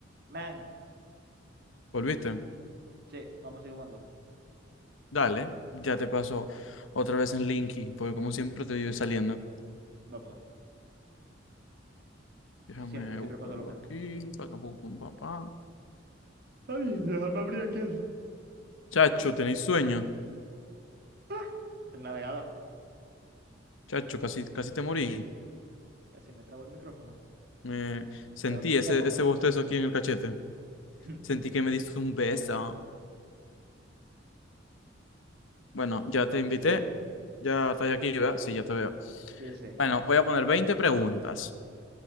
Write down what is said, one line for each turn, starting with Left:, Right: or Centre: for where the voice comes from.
Right: Man,
Left: ¿Volviste?
Right: sí, vamos a seguir jugando.
Left: Dale, ya te paso otra vez en Linky, porque como siempre te vive saliendo.
Right: Va pues.
Left: Déjame
Right: Siempre, siempre
Left: buscarlo
Right: pasa lo mismo.
Left: aquí. pa, pa, pum, pum, pa, pa.
Right: Ay, déjame abrir aquí el...
Left: Chacho, ¿tenéis sueño?
Right: ¡Ah! El navegador.
Left: Chacho, casi, casi te morí.
Right: Casi me trabo el micrófono.
Left: Me sentí
Right: De lo que hace
Left: ese,
Right: la boca.
Left: ese bostezo aquí en el cachete.
Right: <laughs>
Left: Sentí que me diste un beso. Bueno, ya
Right: No,
Left: te invité.
Right: sí.
Left: Ya estás aquí, ¿verdad? Sí, ya te veo.
Right: Sí, sí.
Left: Bueno, voy a poner 20 preguntas.